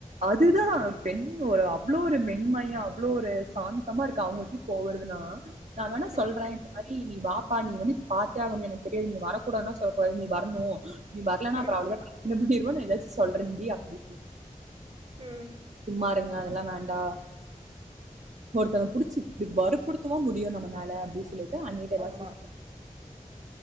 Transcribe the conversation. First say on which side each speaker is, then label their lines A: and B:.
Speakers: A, on the right; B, on the right.
A: அதுதா பெண் ஒரு அவ்வளோ ஒரு மென்மயா அவ்வளோ ஒரு சாந்தமா இருக்க அவுங்களுக்கே கோவருதுனா நா வேணா சொல்ற
B: ம்
A: இந்த மாரி நீ வாப்பா நீ வந்து பாத்தே ஆகணு எனக்கு தெரியாது நீ வரக்கூடானா சொல்லக்கூடாது நீ வரணு நீ வர்லனா
B: ம்
A: அப்றோ அவ்ளோதா <unintelligible> தாச்சு சொல்றன்டி அப்டி
B: ம்
A: சும்மா இருங்க அத லா வேண்டா ஒருத்தன புடிச்சு இப்படி வருப்புடுத்தவா முடியு நம்மனால அப்டி சொ சொல்லிட்டு அன்னிட்ட எதா
B: ஆமா
A: <inaudible>